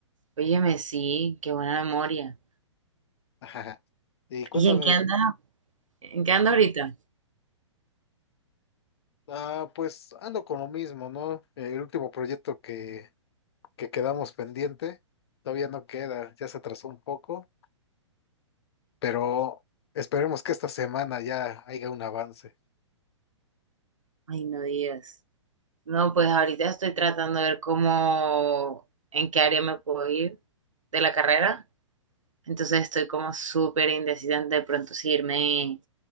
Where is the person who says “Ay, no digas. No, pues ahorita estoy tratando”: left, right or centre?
Right